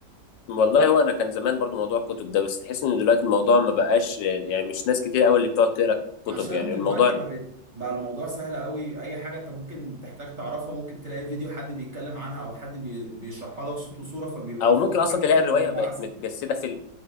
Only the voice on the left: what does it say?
والله هو انا كان زمان برضو موضوع الكتب ده بس تحس ان دلوقتي الموضوع ما بقاش يعني مش ناس كتير قوي اللي بتقعد تقرا
كتب يعني
الموضوع
او
ممكن اصلا
تلاقي الروايه
بقت
متجسده فيلم